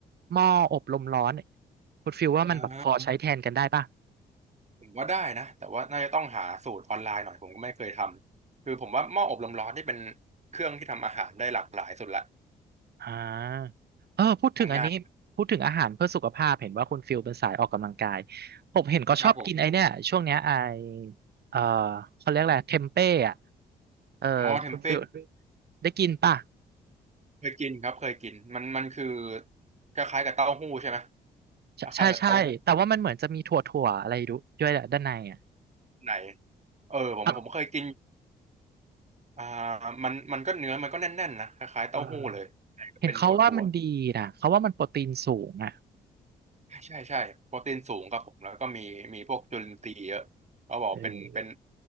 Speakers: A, on the right; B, on the right.
A: หม้ออบลมร้อนคุณฟิลว่ามันแบบพอใช้แทนกันได้ป่ะ
B: อ่าผมว่าได้นะแต่ว่าน่าจะต้องหาสูตรออนไลน์หน่อยผมก็ไม่เคยทำคือผมว่าหม้ออบลมร้อนนี่เป็นเครื่องที่ทำอาหารได้หลากหลายสุดละ
A: อ่าเออพูดถึงอันนี้พูดถึงอาหารเพื่อสุขภาพเห็นว่าคุณฟิลเป็นสายออกกำลังกาย
B: ทำง่าย
A: ผมเห็นก็ชอบกินไอ้เนี่ยช่วงเนี้ยไอ
B: ครับผม
A: เอ่อเขาเรียกอะไรเทมเป้อะ เออคุณฟิล
B: อ๋อเทมเป้
A: ได้กินป่ะ
B: เคยกินครับเคยกินมันมันคือคล้ายๆกับเต้าหู้ใช่ไหม
A: ใช่ใช่ใช่แต่ว่ามันเหมือนจะมีถั่วถั่วอะไรดูด้วยแหละด้านในอ่ะ
B: คล้ายๆกับเต้าหู้ไหนเออผมผมเคยกิน
A: อ่ะ
B: อ่ามันมันก็เนื้อมันก็แน่นๆนะคล้ายๆเต้าหู้เลย
A: เออเห็นเขาว่ามันดีนะเขาว่ามันโปรตีนสูงอ่ะ
B: เป็นถั่วๆใช่ใช่ใช่โปรตีนสูงครับผมแล้วก็มีมีพวกจุลินทรีย์เยอะเขาบอกเป็นเป็น
A: เออ